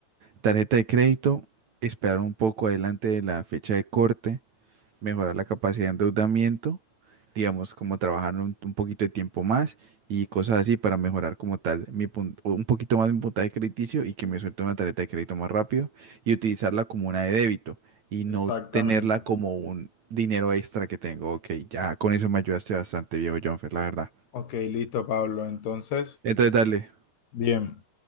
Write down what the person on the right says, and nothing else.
Tarjeta de crédito, esperar un poco adelante de la fecha de corte mejorar la capacidad de endeudamiento, digamos, como trabajar un, un poquito de tiempo más y cosas así para mejorar como tal mi pun- o un poquito más mi puntaje crediticio y que me suelte una tarjeta de crédito más rápido y utilizarla como una de débito y no
tenerla como un dinero extra que tengo. Ok, ya con eso me ayudaste bastante, viejo Jonfer, la verdad.
Entonces, dale.